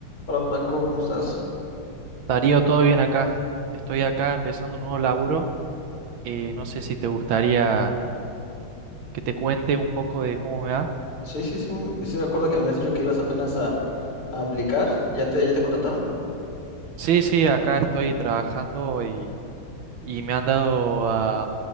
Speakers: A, on the left; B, on the right.
A: Hola Franco, ¿cómo estás?
B: Darío, todo bien acá. Estoy acá empezando un nuevo laburo. eh, no sé si te gustaría que te cuente un poco de cómo me va.
A: Sí, sí, sí, me sí me acuerdo que me habías dicho que ibas apenas a, a aplicar. ¿Ya te, ya te contrataron?
B: Sí, sí, acá estoy trabajando y, y me han dado ah,